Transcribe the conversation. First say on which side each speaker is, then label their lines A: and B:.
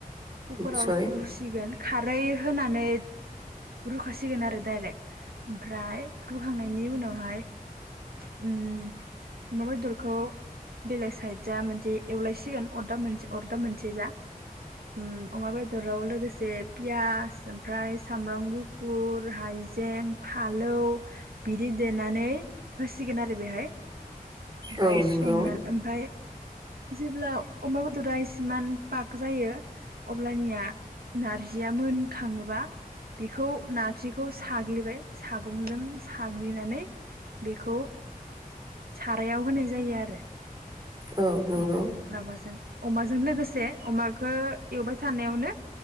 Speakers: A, on the right; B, on the right.
A: कुकराव
B: निस्सय
A: रुसिगोन खारै होनानै रुखासिगोन आरो डाइरेक्ट ओमफ्राय रुहांनायनि उनावहाय ओम अमा बेदरखौ बेलेग साइड जा मोनसे एवलायसिगोन अरदाब मोनसे अरदाब मोनसे जा उम अमा बेदराव लोगोसे पियास ओमफ्राय सामब्राम गुफुर हायजें फालौ बिदि देनानै होसिगोन आरो बेहाय ओमफाय
B: औ नंगौ
A: संना ओमफाय जेब्ला अमा बेदरा इसेमान पाग जायो अब्लानिया नारजिया मोनखाङोबा बेखौ नारजिखौ साग्लिबाय सागंजों साग्लिनानै बेखौ सारायाव होनाय जायो आरो
B: औ नंगौ
A: अनलाजों माबाजों अमाजों लोगोसे अमाखो एवबाय थानायावनो